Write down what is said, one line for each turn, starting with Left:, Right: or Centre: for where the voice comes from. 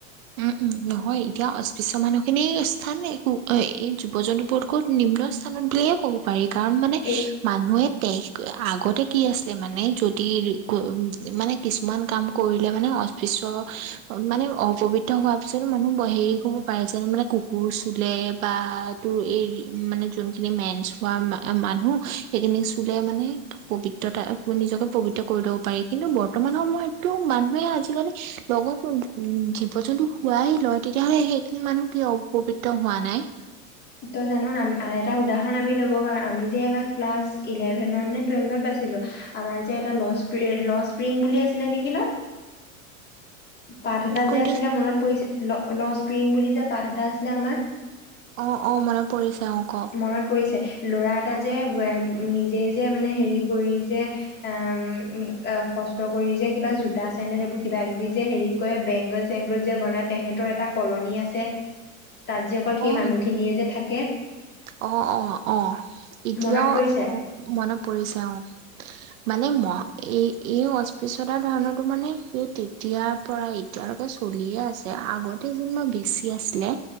Right: উম উম নহয় এতিয়া অস্পৃশ্য মানুহখিনি স্থান এক এই জীৱ জন্তুবোৰতকো নিম্ন স্থানত বুলিয়ে ক'ব পাৰি। কাৰণ মানে
Left: এ
Right: মানুহে তে আগত। কি আছিলে মানে যদি উম মানে কিছুমান কাম কৰিলে মানে অস্পৃশ্য মানে অপবিত্ৰ। হোৱাৰ পিছত মানুহ হেৰি কৰিব পাৰে যে মানে কুকুৰ চুলে বা তোৰ এই মানে যোনখিনি মেনচ হোৱা মানুহ সেইখিনি চুলে মানে পবিত্ৰতা নিজকত পবিত্ৰ কৰি ল'ব পাৰি কিন্তু বৰ্তমান সময়তটো মানুহে আজিকালি লগত উম। জীৱ জন্তু শুৱাই লয় তেতিয়া হ'লে সেইখিনি মানুহ কিয় অপবিত্ৰ হোৱা নাই।
Left: তই জান আমি এটা উদাহৰণ আমি ল'ব পাৰোঁ আমি যে এবাৰ ক্লাছ ইলেভেনত নে টুৱেলভত পাইছিলোঁ আমাৰ যে এটা ল ল স্প্ৰিং বুলি আছিলে নেকি ন। পাঠ এটা
Right: কোনটো
Left: যে আছিলে মনত পৰিছে ল। লস্প্ৰিং বুলি যে পাত এটা আছিলে আমাৰ।
Right: অ অ মনত পৰিছে। অ ক
Left: মনত পৰিছে ল'ৰা। এটা যে নিজে যে মানে হেৰি কৰি যে আহ কষ্ট কৰি যে কিবা জোতা চেণ্ডেল এইবোৰ কিব কিবি যে হেৰি কৰে বেংগল চেংগল যে বনাই তেহেতৰ এটা কলনি আছে। তাত যে অকল সেই
Right: অ
Left: মানুহখিনিয়ে যে থাকে।
Right: অ অ অ এতিয়াও
Left: মনত পৰিছে
Right: অ মনত পৰিছে অ। মানে ম এই এই অস্পৃশতাৰ ধাৰণাতো মানে সেই তেতিয়াৰ পৰা এতিয়ালৈকে চলিয়ে আছে আগতে যেনিবা বেচি আছিলে।